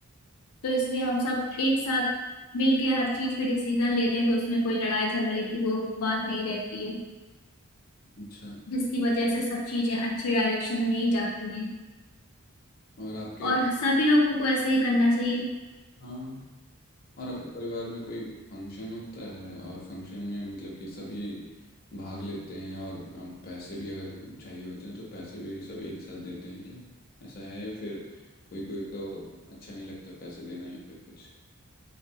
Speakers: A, on the left; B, on the left.
A: तो इसलिए हम सब एक साथ मिलके हर चीज का डिसीजन लेते हैं तो उसमें कोई लड़ाई झगड़े की वो बात नहीं रहती है
B: अच्छा
A: जिसकी वजह से सब चीजें अच्छी डायरेक्शन में ही जाती हैं
B: और आपके
A: और सभी लोगों को ऐसे ही करना चाहिए
B: हाँ और आपके परिवार में कोई फंक्शन होता है और फंक्शन में मतलब कि सभी भाग लेते हैं और अ, पैसे भी अगर चाहिए होते हैं तो पैसे भी सब एक साथ देते हैं क्या ऐसा है या फिर कोई कोई को अच्छा नहीं लगता पैसे देना या फिर कुछ